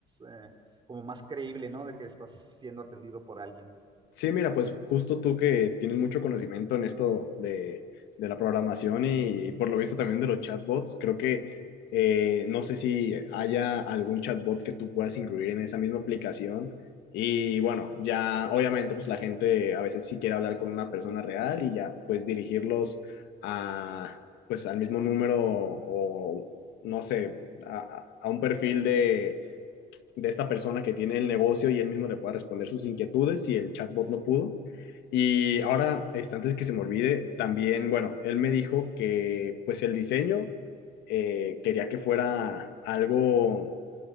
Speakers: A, on the right (about 30°); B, on the left (about 85°).
A: eh, como más creíble, ¿no? De que estás siendo atendido por alguien.
B: Sí, mira, pues justo tú que tienes mucho conocimiento en esto de, de la programación y, por lo visto también de los chatbots, creo que eh, no sé si haya algún chatbot que tú puedas incluir en esa misma aplicación. Y bueno, ya obviamente pues la gente a veces sí quiere hablar con una persona real y ya pues dirigirlos a pues al mismo número o no sé, a, a a un perfil de de esta persona que tiene el negocio y él mismo le pueda responder sus inquietudes si el chatbot no pudo. Y ahora, este, antes que se me olvide, también, bueno, él me dijo que pues el diseño eh, quería que fuera algo,